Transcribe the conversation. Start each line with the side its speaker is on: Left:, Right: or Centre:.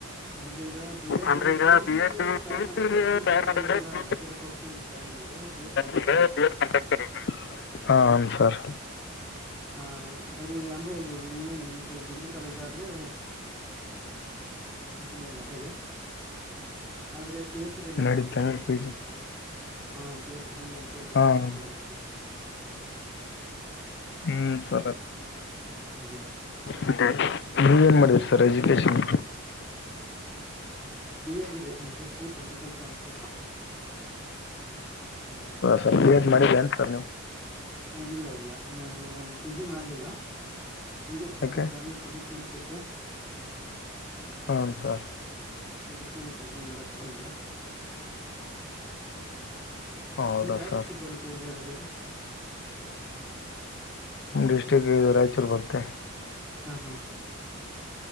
Centre: ಅಂದ್ರೆ ಈಗ. ಬಿ ಎಡ್
Left: ಅಂದ್ರೆ ಈಗ
Centre: P U
Left: B
Centre: C
Left: Ed
Centre: try
Left: P U
Centre: ಮಾಡಿದರೆ
Left: ಸಿಗೆ
Centre: ಪಿ
Left: ಜಾಯ್ನ್
Centre: ಯು ಸಿ ಕಾಲೇಜಿಗೆಲ್ಲ
Left: ಮಾಡಿದರೆ ಪಿ
Centre: ಲೆಕ್ಚರ್ ಪೋಸ್ಟ್ ಟ್ರ ಮಾಡ್ರರೆ ಬಿ ಎಡ್ ಕಂಪ್
Left: ಡೇಡ್ಟೆ
Centre: ಹ
Left: <unintelligible>
Centre: <inaudible>
Left: ಹ ಹನ್ ಸರ್.
Centre: ಆ ಬರೀ ಅಂದ್ರೆ ಈಗಂದೀ ಡಿಗ್ರಿ ಕಾಲೇಜ್ ಆದ್ರೆ ಇದ್ರ ಮೇಲೆ ನನಲೆ ಆದ್ರೆ. ಪಿ ಹೆಚ್ ಡಿ ಎಲ್ಲ
Left: ನಡೀತಾ
Centre: ಮಾಡ್ಕೋಬೇಕಂತ
Left: ಪಿ
Centre: ಇದೇ
Left: ಜಿ
Centre: ಇಲ್ಲ ಹಾ P H D M P L ಎಲ್ಲ
Left: ಹಾಂ
Centre: ಮಾಡ್ಕೊಬೇಕು.
Left: ಹ್ಮ್ ಸರತ್.
Centre: ಅದೇ
Left: ಮತ್ತ ನೀವ ಏನ್ ಮಾಡಿದೀರಿ ಸರ್ ಎಜುಕೇಶನ್
Centre: ಬಿಎ ಆಗಿದೆ ಹಿಸ್ಟ್ರಿ ಪೊಲಿಟಿಕಲ್ ಸೈನ್ಸು.
Left: ಸಿಯತ ಮಾಡ ಬನ್ ಸರ್ ನೀವು.
Centre: ಇಲ್ಲ ಇಲ್ಲ ನ ಪಿ ಜಿ ಮಾಡ್ಲಿಲ್ಲ ನಿಂಗೆ ಸ್ವಲ್ಪ
Left: ಓಕೆ
Centre: ಫ್ಯಾಮಿಲಿ ಕಮಿಟ್ಮೆಂಟ್ಸ್ ಸಿ. ತ್.
Left: ಹ್ಂ ಸರ್
Centre: ಅದಕ್ಕೆ ಪಿ ಜಿ ಮಾಡಕ್ ಆಗ್ಲಿಲ್ಲ.
Left: ಹೌದಾ
Centre: ನಿಮ್ದ ಯಾವ
Left: ಸರ್
Centre: ಡಿಸ್ಟ್ರಿಕ್ ಬರುತ್ತೆ ಜೇರಾಜೇ
Left: ನಮ್ಮ ಡಿಸ್ಟ್ರಿಕ್ ಇದು ರಾಯಚೂರು ಬರ್ತ್ತೆ.
Centre: ಹಾ ಹಾ